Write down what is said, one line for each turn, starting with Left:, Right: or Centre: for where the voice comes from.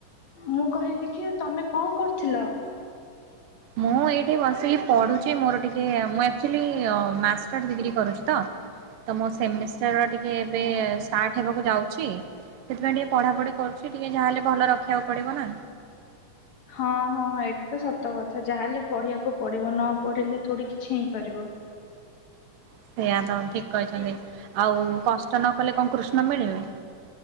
Left: ମୁଁ କହିଲି କି ତମେ କଣ କରୁଥିଲ?
Right: ମୁଁ ଏଇଠି ବସିକି ପଢୁଛି ମୋର ଟିକେ ମୁଁ ଆକ୍ଚୁଲି ମାଷ୍ଟର ଡିଗ୍ରୀ କରୁଛି ତ।
Left: ହ
Right: ତ ମୋ ସେମିଷ୍ଟାର ଟିକେ ଏବୋ ଷ୍ଟାର୍ଟ ହେବାକୁ ଯାଉଛି ସେଥିପାଇଁ ଟିକେ ପଢ଼ାପଢ଼ି କରୁଛି ଟିକେ ଯାହାହେଲେ ଭଲ ରଖିବାକୁ ପଡ଼ିବ ନା।
Left: ହଁ ହଁ ଏଇଟା ତ ସତ କଥା ଯାହାହେଲେ ପଢିବାକୁ ପଢିବ ନ ପଢିଲେ ଥୋଡି କିଛି ହେଇପାରିବ।
Right: ସେଇଆା ତ ଠିକ୍ କହିଛନ୍ତି ଆଉ କଷ୍ଟନ କଲେ କଣ କୃଷ୍ଣ ମିଳିବେ।